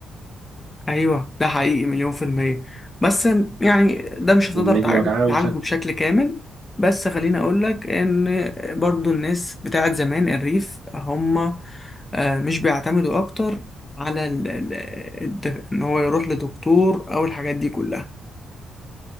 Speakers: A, on the left (about 15°); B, on the right (about 55°).
A: ايوه ده حقيقي مليون في المية بس يعني ده مش
B: لكن
A: هتقدر
B: رجل
A: تع-
B: وجعها
A: تعالجه
B: مسكن
A: بشكل كامل بس خليني اقول لك ان برضو الناس بتاعت زمان الريف هم آه، مش بيعتمدوا اكتر على ال- ال- الد- ان هو يروح لدكتور او الحاجات دي كلها